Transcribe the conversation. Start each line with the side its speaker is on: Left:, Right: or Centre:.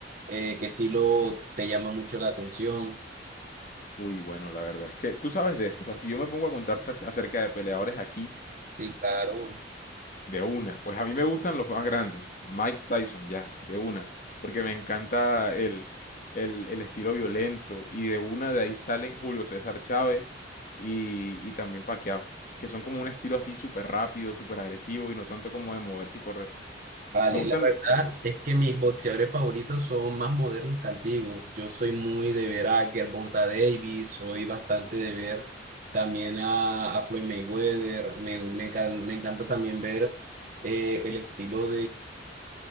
Right: Eh, ¿qué estilo te llama mucho la atención?
Left: Uy, bueno, la verdad es que tú sabes de esto, o sea, si yo me pongo a contarte ac- acerca de peleadores aquí
Right: Sí, claro.
Left: De una, pues a mí me gustan los más grandes, Mike Tyson ya, de una, porque me encanta el, el, el estilo violento y de una de ahí salen Julio César Chávez y, y también Pacquiao, que son como un estilo así súper rápido, súper agresivo y no tanto como de moverse y correr.
Right: Vale,
Left: Me gustan,
Right: la verdad
Left: lo-
Right: es que mis boxeadores favoritos son más modernos que antiguos. Yo soy muy de ver a Gervonta Davis, soy bastante de ver también a, a Floyd Mayweather. Me, me encan- me encanta también ver eh, el estilo